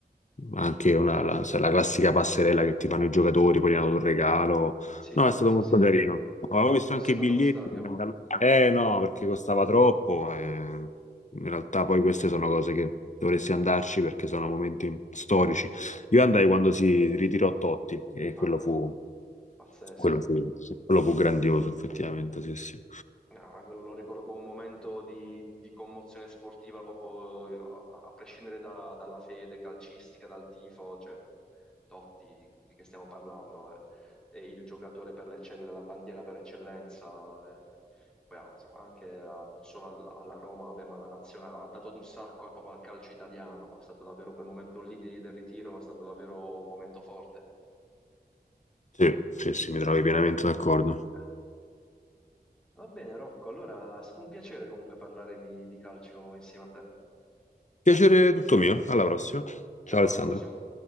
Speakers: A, on the left; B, in the centre.
A: anche una, la, sai, la classica passerella che ti fanno i giocatori, poi gli hanno dato un regalo.
B: sì,
A: No, è stato
B: sì,
A: molto
B: sì.
A: carino. Avevo visto
B: Tu
A: anche
B: sei
A: i
B: andato
A: biglietti,
B: allo stadio?
A: eh no, perché costava troppo. eh. In realtà poi queste sono cose che dovresti andarci perché sono momenti storici. Io andai quando si ritirò Totti e
B: Ah,
A: quello fu,
B: pazzesco.
A: quello fu, sì, quello fu grandioso, effettivamente. Sì, sì.
B: No, anche lo ricordo come un momento di, di commozione sportiva, proprio a, a prescindere da- dalla fede calcistica, dal tifo, cioè Totti, di, di che stiamo parlando, eh, è, il giocatore per l'eccellenza, la bandiera per eccellenza, eh. Poi, ah, insomma, anche a- non solo al- alla Roma, vabbè, ma alla nazionale, ha dato un sacco al- proprio al calcio italiano, è stato davvero quel momento lì di- del ritiro, è stato davvero un momento forte.
A: Sì, sì, sì, mi trovi pienamente d'accordo.
B: Eh. Va bene, Rocco, allora è stato un piacere comunque parlare di di calcio insieme a te.
A: Piacere tutto mio. Alla prossima.
B: Ciao,
A: Ciao Alessandro.
B: alla prossima.